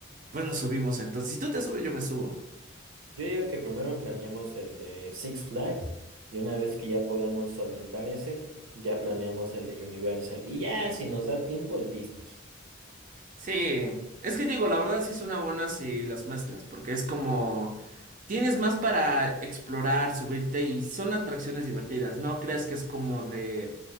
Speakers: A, on the right; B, on the right.
A: Pues nos subimos entonces. Si tú te subes, yo me subo.
B: Yo digo que primero planeamos el de Six Flags y una vez que ya podamos solventar ese, ya planeamos el de Universal. Y ya, si nos da tiempo, el Disney.
A: Sí, es que digo, la verdad sí son buenas si las mezclas, porque es como tienes más para explorar, subirte y son atracciones divertidas. No creas que es como de,